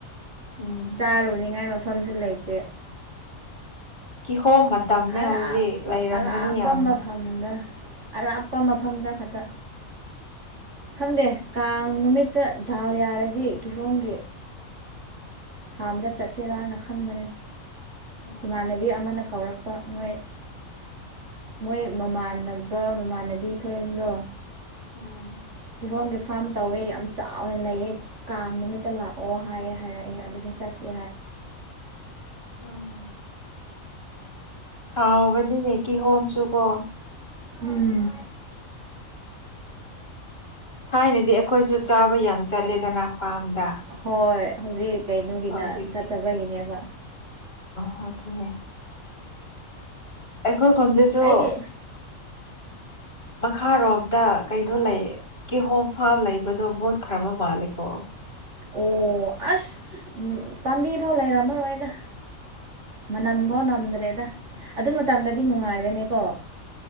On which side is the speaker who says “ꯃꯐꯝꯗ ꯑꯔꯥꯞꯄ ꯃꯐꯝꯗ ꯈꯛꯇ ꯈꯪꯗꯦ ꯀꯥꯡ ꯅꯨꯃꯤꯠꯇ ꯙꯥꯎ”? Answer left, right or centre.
Right